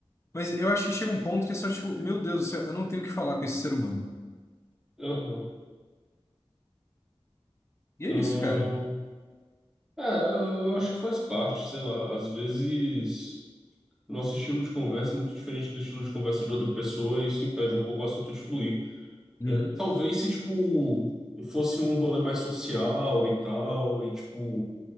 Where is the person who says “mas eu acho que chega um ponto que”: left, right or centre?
Left